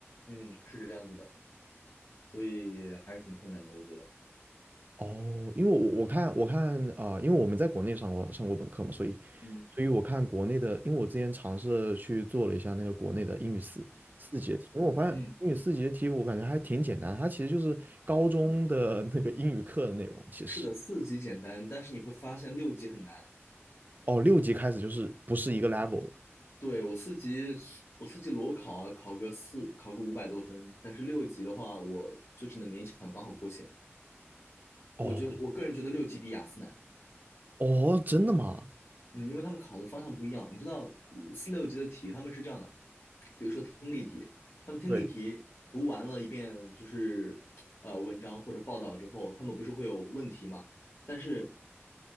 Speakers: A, on the left; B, on the right.
A: 嗯，是这样子的，所以还是挺困难的，我觉得。
B: 哦，因为我我看我看啊、呃因为我们在国内上过上过本科嘛，所以
A: 嗯
B: 所以我看国内的，因为我之前尝试去做了一下那个国内的英语四四节题，因为我发现英语四级的题我感觉还挺简单，
A: 嗯，
B: 它其实就是高中的那个英语课的内容，其实
A: 是的，四级简单，但是你会发现六级很难。
B: 哦六级开始就是不是一个 level 了。
A: 对，我四级，我四级裸考啊，考个四，考个五百多分，但是六级的话，我就只能勉强刚好过线。我觉得，
B: 哦，
A: 我个人觉得六级比雅思难。
B: 哦，真的吗？
A: 嗯，因为他们考的方向不一样。你知道，呃四六级的题他们是这样的，比如说听力题，他们听力题读完了一遍就是呃文章或者报道之后，
B: 对，
A: 他们不是会有问题吗？但是